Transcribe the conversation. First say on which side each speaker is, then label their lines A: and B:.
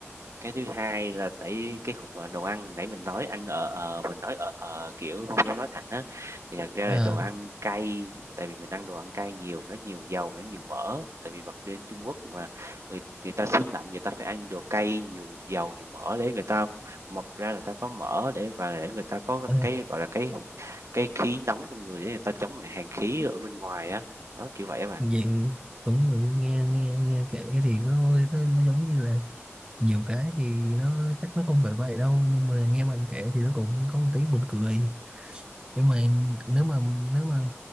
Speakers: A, on the right; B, on the right.
A: Cái thứ hai là tại cái khúc mà đồ ăn nãy mình nói ăn ở ờ, mình nói ở ờ, kiểu không dám nói thẳng á, thì thật ra
B: à,
A: là đồ ăn cay, tại vì mình ăn đồ ăn cay nhiều, nó nhiều dầu, nó nhiều mỡ, tại vì bật đến Trung Quốc mà người người ta xứ lạnh người ta phải ăn đồ cay, nhiều dầu, nhiều mỡ để người ta mọc ra người ta có mỡ để và để người ta có
B: ờ.
A: cái, gọi là, cái cái khí nóng trong người để người ta chống lại hàn khí ở bên ngoài á, đó, kiểu vậy á bạn.
B: vậy cũng là nghe nghe nghe kể thì nó, nó nó giống như là nhiều cái thì nó chắc nó không phải vậy đâu nhưng mà nghe bạn kể thì nó cũng có một tí buồn cười nhưng mà nếu mà nếu mà